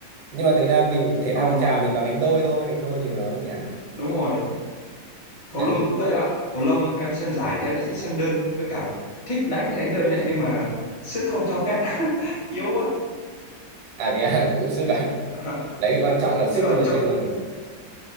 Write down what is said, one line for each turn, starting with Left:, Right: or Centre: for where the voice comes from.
Right: nhưng mà thực ra mình thể
Left: Ờ
Right: thao phong trào mình toàn đánh đôi thôi đánh đôi thì nó nhàn
Left: đúng rồi,
Right: đấy
Left: cầu lông cũng vậy bạn. Cầu lông em xem giải thì em lại thích xem đơn với cả thích đánh thì đánh đơn đấy nhưng mà sức không cho phép, <laughs> yếu quá.
Right: à thì à, <laughs> cũng sức à
Left: Ờ,
Right: đấy quan trọng là sức
Left: Chứ còn
Right: thôi
Left: trông
Right: chứ còn